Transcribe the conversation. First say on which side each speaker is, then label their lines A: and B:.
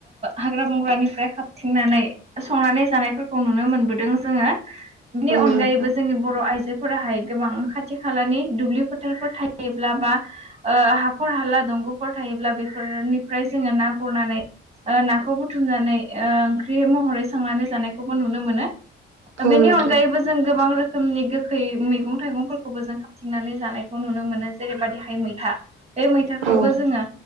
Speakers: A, on the right; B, on the right.
A: हाग्रा बंग्रानिफ्राय हाबथिंनानै संनानै जानायफोरखौ नुनो मोनबोदों जोङो। बिनि
B: औ
A: अनगायैबो
B: नोंथां
A: जोंनि बर' आइजो फोराहाय गोबां खाथि खालानि दुब्लि फोथारफोर थायोब्ला बा हाखर हाला दंग'फोर थायोब्ला बेफोरनिफ्राय जोङो ना गुरनानै ओ नाखौ बुथुमनानै ओ ओंख्रि महरै संनानै जानायखौबो नुनो मोनो।
B: औ
A: बेनि
B: नोंथां
A: अनगायैबो जों गोबां रोखोमनि गोखै मैगं थाइगंफोरखौबो जों थिनानै जानायखौ नुनो मोनो जेरैबादिहाय मैथा बे मैथाखौबो
B: औ
A: जोङो